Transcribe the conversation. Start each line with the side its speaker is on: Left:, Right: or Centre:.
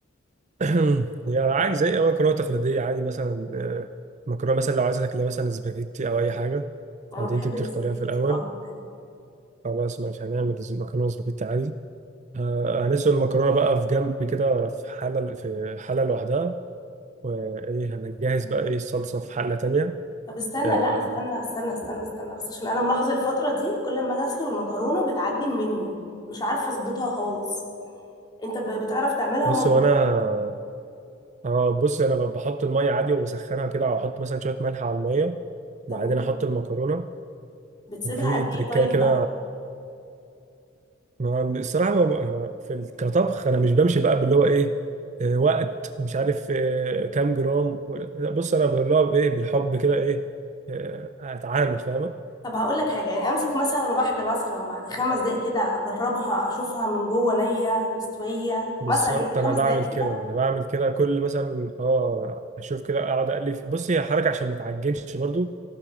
Right: <clears throat> يعني عادي زي أي مكرونة تقليدية عادي مثلا آه، مكرونة مثلا لو عايزة تاكلها مثلا سباجيتي أو أي حاجة
Left: انا
Right: عادي
Left: بحب
Right: أنت بتختاريها
Left: الاسباجيتي
Right: في الأول
Left: اه جدا
Right: خلاص ماشي هنعمل ز- مكرونة سباجيتي عادي آه، هنسلق المكرونة بقى في جنب كده في حلة في حلة لوحدها وإيه هنجهز بقى إيه الصلصة في حلة تانية
Left: طب استنى
Right: آه،
Left: لا استنى استنى استنى استنى بس عشان انا ملاحظه الفتره دي كل ما اجي اسلق المكرونه بتعجن مني مش عارفه اظبطها خالص انت ب- بتعرف تعملها
Right: بص
Left: مظبوط
Right: هو أنا آه بص أنا بحط المية عادي وبسخنها كده أو أحط مثلا شوية ملح على المية
Left: بتعمل
Right: وبعدين
Left: ايه
Right: أحط المكرونة
Left: بتسيبها
Right: وفي
Left: قد
Right: تريكاية
Left: ايه طيب
Right: كده
Left: بقى
Right: ما الصراحة ما ما- في ال- كطبخ أنا مش بمشي بقى باللي هو إيه آه، وقت مش عارف آه، كام جرام و- لا بص أنا اللي هو إيه بالحب كده إيه آه، أتعامل فاهمة
Left: طب هقول لك حاجه يعني امسك مثلا واحده مثلا بعد خمس دقائق كده اجربها اشوفها من جوه نيه مستويه
Right: بالظبط
Left: مثلا يعني
Right: أنا
Left: خمس
Right: بعمل
Left: دقائق كده
Right: كده أنا بعمل كده كل مثلا أه أشوف كده أقعد أقلب في- بص هي حركة عشان ما تعجنش برضو